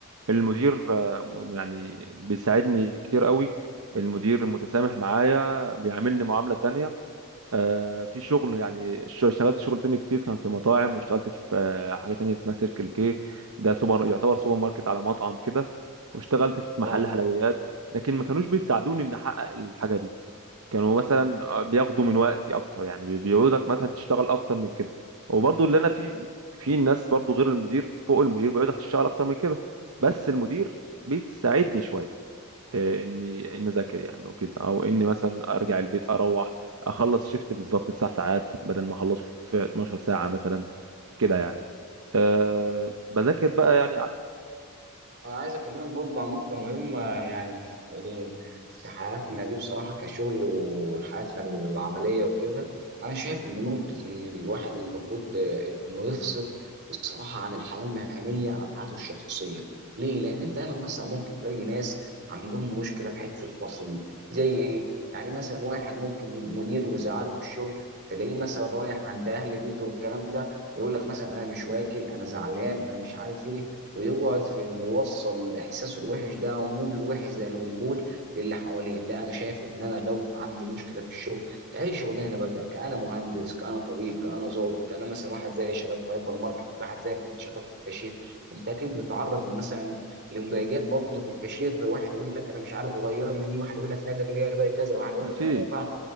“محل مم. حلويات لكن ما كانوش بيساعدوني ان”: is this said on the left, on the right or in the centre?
Right